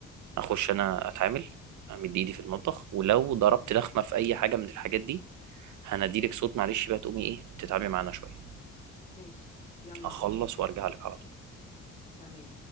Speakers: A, on the right; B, on the left.
A: اخش انا اتعامل امد ايدي في المطبخ ولو ضربت لخمه في اي حاجه من الحاجات دي هنديلك صوت معلش بقى تقومي ايه تتعاملي معانا شويه
B: ماشي يلا
A: هخلص
B: قوم
A: وارجع لك على طول
B: تمام